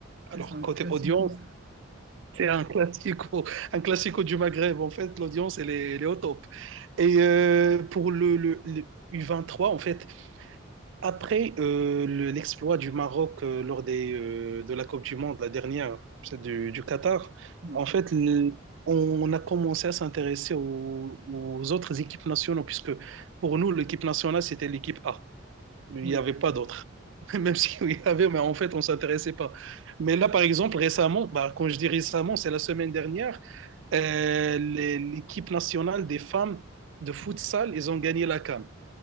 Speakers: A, on the right; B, on the right.
A: Alors,
B: Et c'est un
A: côté
B: classico.
A: audience, c'est un classico, un classico du Maghreb. En fait, l'audience, elle est, elle est au top. Et euh, pour le, le, le U23, en fait, après euh, le- l'exploit du Maroc euh, lors des, euh, de la Coupe du Monde, la dernière, celle du, du Qatar,
B: Bien
A: en
B: sûr.
A: fait, le- on a commencé à s'intéresser aux, aux autres équipes nationales, puisque pour nous, l'équipe nationale, c'était l'équipe A. Il
B: Oui,
A: n'y avait pas d'autres. <laughs> Même s'il y avait, mais en fait, on ne s'intéressait pas. Mais là, par exemple, récemment, bah, quand je dis récemment, c'est la semaine dernière, euh, les- l'équipe nationale des femmes de futsal, ils ont gagné la CAN.